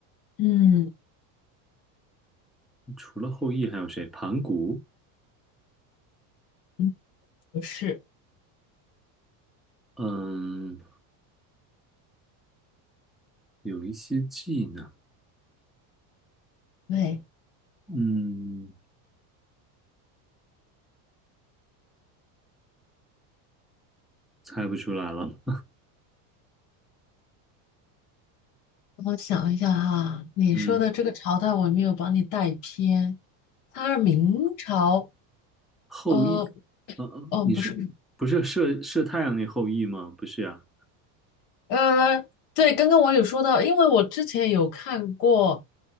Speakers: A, on the left (about 55°); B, in the centre.
A: 嗯
B: 除了后羿还有谁？盘古，
A: 嗯，不是，
B: 嗯。有一些技能，
A: 对，
B: 嗯，猜不出来了。
A: 我想一下哈，你说的这个朝代我没有把你带偏，
B: 嗯，
A: 他是明朝，
B: 后羿，
A: 呃，
B: 呃呃，
A: 哦，
B: 你是不是射射太阳那后羿吗？
A: 不是，
B: 不是呀。
A: 呃，对，刚刚我有说到，因为我之前有看过